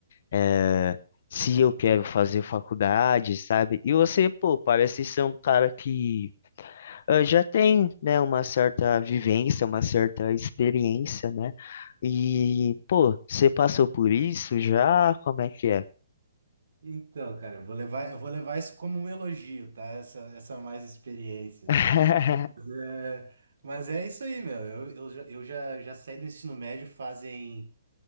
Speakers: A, on the left; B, on the right.
A: é se eu quero fazer faculdade, sabe? E você, pô, parece ser um cara que ah, já tem, né, uma certa vivência, uma certa experiência, né? E, pô, você passou por isso já? Como é que é?
B: Então, cara, eu vou levar, eu vou levar isso como um elogio, tá? Essa, essa mais experiência aí.
A: <laughs>
B: Mas é, mas é isso aí, meu. Eu, eu já, eu já, já saí do ensino médio fazem